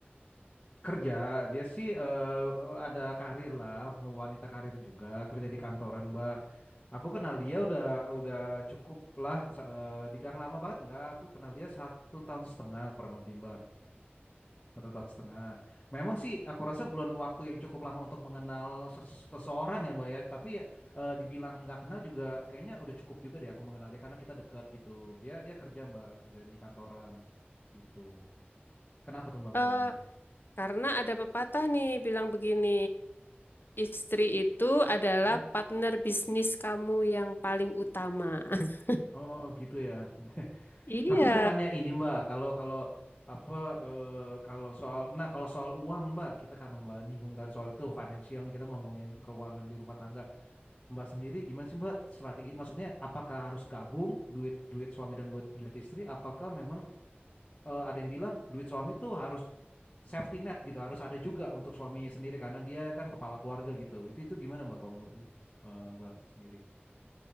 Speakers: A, on the left; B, on the left.
A: Kerja, dia sih eh, eh, ada karir lah, wanita karir juga, kerja di kantoran, Mbak. Aku kenal dia udah udah cukup lah, sa- eh, dibilang lama banget enggak, aku kenal dia satu tahun setengah kurang lebih, Mbak. Satu tahun setengah. Memang sih aku rasa belum waktu yang cukup lama untuk mengenal ses- seseorang ya, Mbak ya. Tapi ya eh, dibilang nggak kenal juga kayaknya udah cukup juga deh aku mengenal dia karena kita dekat gitu. Dia dia kerja, Mbak, kerja di kantoran gitu. Kenapa tuh, Mbak
B: Eh,
A: memangnya?
B: karena ada pepatah nih bilang begini, istri itu adalah
A: Mm.
B: partner bisnis kamu yang paling utama. <laughs>
A: Oh gitu ya.
B: Iya,
A: Tapi bukannya ini Mbak, kalau kalau apa eh, kalau soal nah kalau soal uang Mbak, kita kan Mbak nyinggung tadi soal itu financial nih kita ngomongin keuangan di rumah tangga. Mbak sendiri gimana sih Mbak strategi? Maksudnya apakah harus gabung duit duit suami dan duit duit istri? Apakah memang eh, ada yang bilang duit suami tuh harus safety net gitu, harus ada juga untuk suami sendiri karena dia kan kepala keluarga gitu. Itu itu gimana Mbak kalau menurut eh, Mbak sendiri?